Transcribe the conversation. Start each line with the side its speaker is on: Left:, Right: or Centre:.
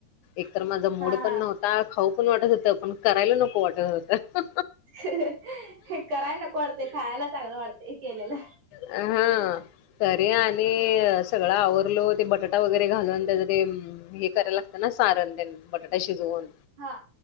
Left: एकतर माझा मुड
Right: हा
Left: पण
Right: हा
Left: नव्हता खाऊ पण वाटत होतं पण करायला नको वाटतं होत.
Right: कराय नको वाटतय खायला चांगलं वाटतय केलेलं.
Left: हां. तरी आणि सगळं आवरलो ते बटाटा वगैरे घालून त्याच ते हे करायला लागतं ना सारण तेन बटाटा शिजवून
Right: हा